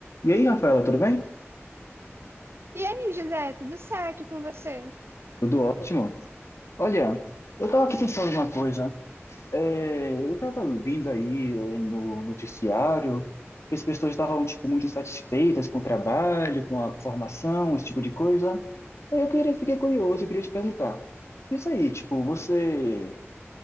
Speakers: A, on the left; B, on the right.
A: E aí, Rafaela, tudo bem?
B: E aí, José, tudo certo com você?
A: Tudo ótimo. Olha, eu estava aqui pensando uma coisa. É, eu estava vendo aí é, no noticiário que as pessoas estavam tipo muito insatisfeitas com o trabalho, com a formação, esse tipo de coisa. Aí eu queria, fiquei curioso, eu queria te perguntar. Isso aí, tipo, você